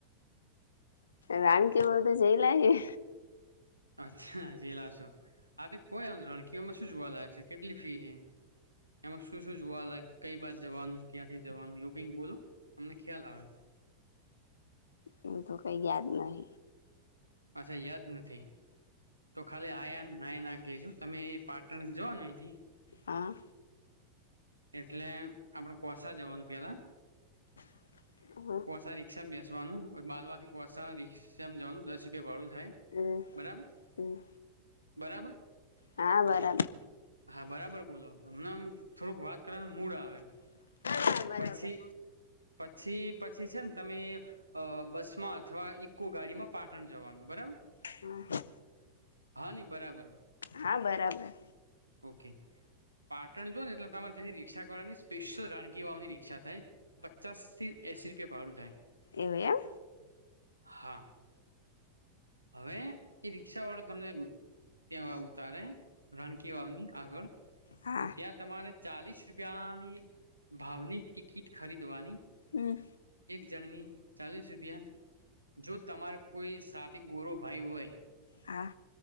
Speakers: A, on the left (about 70°); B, on the right (about 85°).
A: રાણી કે બ તો જઈ લ હ
B: અચ્છા જ લશો આ તો કોય એમણ કઓમાં શું જોવા લયક છે કેટલી ફી છે એમાં શું શું જોવાલાય કઈ બાજ જવાનું ક્યાંથી જવાનું યો કિક બોલો અમને ખ્યાલ આવે
A: એવું તો કઈ યાદ નહ
B: અચછા યાદ નથી તો ખાલી આયા નાયા ના ક છ તમે પાટણ જવાનું અહીથી
A: હા
B: એટલે આપડ કોસાા જવાનું પેલા
A: <inaudible>
B: કોસાા, રિક્ષા બેસવાનું બાલવાથી કોષા રિક્ષા જવાનું દસ રૂપિયા વાળુ થાય
A: હમ
B: બરાબર
A: હમ
B: બરાબર
A: હા બરાબર
B: હા બરાબર બોલો અમને આમ થોડુંક વાત કરવાનું મૂડ આવે એમ
A: હા બરોબર
B: પછી પછી પછી છે ને તમે અ બસમાં અથવા ઈકો ગાડીમાં પાટણ જવાનું બરાબર
A: હા
B: હા નની બરાબર
A: હા બરાબર
B: ઓકે પાટણ જોુ ને એટલે તમારે તેની રિકક્ષા કરવાની સ્પેશિયલ રાણ વાની રીષા થાય પચાસ થી એસી રૂપિયા ભાડું થાય
A: એવ એમ
B: હા હવે એ રિક્ષા વાળો તમને ત્યા ઉતારે રાણકી વાવની આગળ
A: હા
B: ત્યા, તમારે ચાલીસ રૂપિયાની ભાવની ટિકિટ ખરીદવાની
A: હમ્મ
B: જણની, ચાલીસ રૂપિયા જો તમારે કોઈ સા ગોરુ ભાઈ હોય.
A: હા